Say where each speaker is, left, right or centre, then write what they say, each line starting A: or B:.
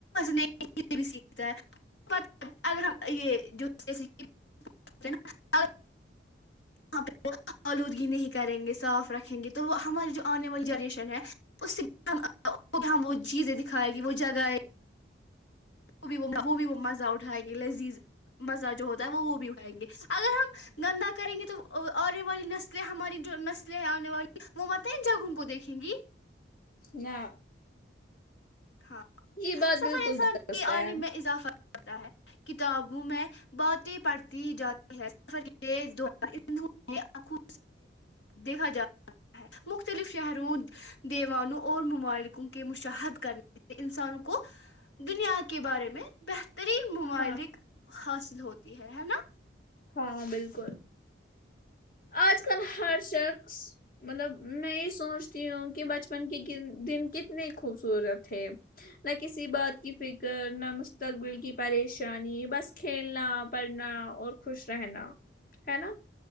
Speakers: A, on the left; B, on the left.
A: ہے بھی سیکھتا ہے اگر ہم یہ جو جے نا <unintelligible> ہ <unintelligible> الودگی نہیں کریں گے صاف رکھیں گے تو ہماری جو انے والی جاریشن ہے اس سے ہم وہ چیز دکھائے گی وہ جگہ ہے <unintelligible> وہ بھی وہ بھی وہ مزہ اٹھائیں گے لذیذ مزہ جو ہوتا ہے وہ وہ بھی اٹھائیں گے اگر ہم گندہ کریں گے تو <unintelligible> آنے والی نسلیں ہماری جو نسلیں ہیں آنے والی وہ مت جگہوں کو دیکھیں گی <unintelligible>
B: نہ
A: ہاں
B: یہ بات
A: سفر
B: بالکل
A: انسان
B: درست
A: کی
B: ہے
A: عالم میں اضافہ <unintelligible> پتا ہے کتابوں میں <unintelligible> بہٹی پرڑتی جا <unintelligible> سفر کے دورانکھوں دیکھا جا ہے مختلف شہروں دیوانوں اور ممالکوں کے مشاہد کرنے <unintelligible> انسانوں کو دنیا کے بارے میں <unintelligible> بہترین ممالک
B: ہاں
A: حاصل ہوتی ہے ہے نا <unintelligible>
B: ہاں بالکل آج کل ہر شخص مطلب میں یہ سوچتی ہوں کہ بچپن کے دن کتنی خوبصورت ہے نہ کسی بات کی فکر نہ مستقبل کی پریشانی بس کھیلنا پڑھنا اور <unintelligible> خوش رہنا ہے نا <unintelligible>